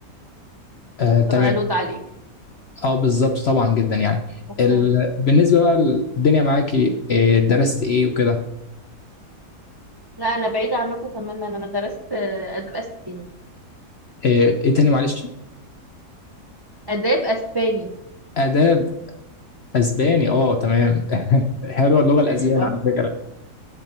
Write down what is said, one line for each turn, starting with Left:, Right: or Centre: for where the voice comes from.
Left: آه، تمام
Right: فبقى لود عليك
Left: اه بالظبط طبعا جدا يعني
Right: اوكي
Left: ال... بالنسبه بقى الدنيا معاكي آه، درست ايه وكده
Right: لا انا بعيدة عنكم تماما انا درست آه، اداب اسباني
Left: آه، ايه تاني معلش
Right: اداب اسباني
Left: اداب اسباني اه تمام <laughs> حلوه اللغه الاسبانيه
Right: ايوه
Left: على فكره